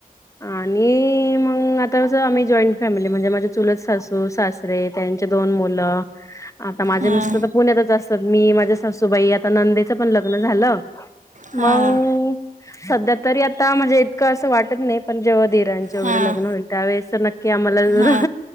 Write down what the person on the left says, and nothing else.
आणि मगं आता कसं आम्ही, जॉईंट फॅमिली म्हणजे माझ्या चुलत. सासू सासरे त्यांचे दोन मुलं, आता माझे
मिस्टर तर. पुण्यातच असतं. मी माझ्या सासूबाई आता नंदेचं पण लग्न झालं. मगं.
सध्या तरी आता म्हणजे इतक असं वाटत नाही पण जेव्हा दीरा ची वैगरे
लग्न होईल त्यावेळेस तर नक्की आम्हाला जरा